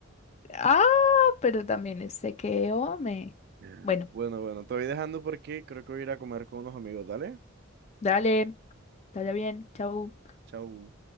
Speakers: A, on the left; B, on the right.
A: Ah, pero también este que, hombre.
B: Mm.
A: Bueno,
B: Bueno, bueno, te voy dejando porque creo que voy a ir a comer con unos amigos. Dale,
A: dale, dale bien, chau.
B: chau.